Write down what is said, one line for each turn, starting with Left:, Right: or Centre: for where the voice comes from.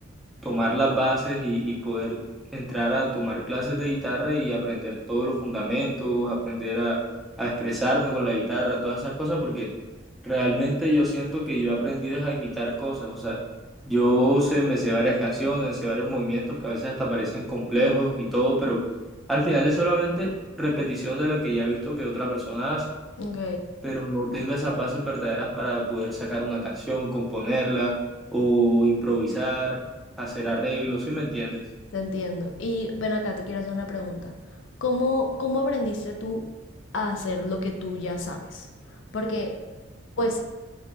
Centre: tomar las bases y, y poder entrar a tomar clases de guitarra y aprender todos los fundamentos, aprender a, a expresarme con la guitarra, todas esas cosas, porque realmente yo siento que yo he aprendido es a imitar cosas, o sea, yo sé, me sé varias canciones, sé varios movimientos que a veces hasta parecen complejos y todo, pero al final es solamente repetición de lo que ya he visto que otra persona hace
Left: Ok.
Centre: pero no tengo esas bases verdaderas para poder sacar una canción, componerla o improvisar, hacer arreglos, ¿sí me entiendes?
Left: Te entiendo. Y ven acá, te quiero hacer una pregunta. ¿Cómo, cómo aprendiste tú a hacer lo que tú ya sabes? Porque, pues,